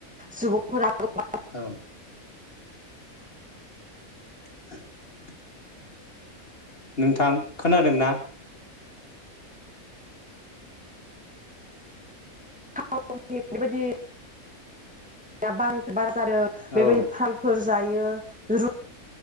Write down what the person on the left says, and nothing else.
औ <unintelligible> नोंथां खोनादोंना
औ